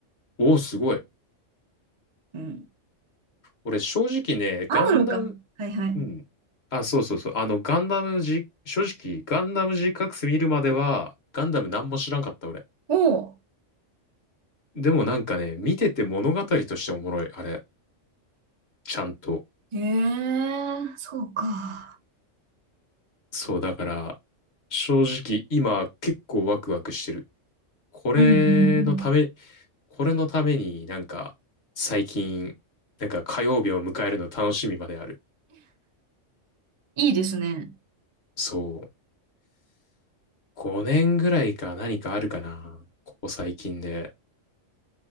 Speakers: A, on the left; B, on the right.
A: おー、すごい。
B: うん。
A: 俺、正直ね、
B: あるのか。
A: ガンダム、
B: はいはい。
A: うん。あ、そうそうそう。あの、ガンダムじ、正直、ガンダム g c クス見るまでは、ガンダム何も知らんかった、俺。
B: おう。
A: でもなんかね、見てて物語としておもろい、あれ。ちゃんと。
B: へえ、そうか。
A: そう、だから、正直、今、結構ワクワクしてる。これのため、
B: うんうんうん。
A: これのためになんか、最近、なんか火曜日を迎えるの楽しみまである。
B: いいですね。
A: そう。5年ぐらいか何かあるかな。ここ最近で。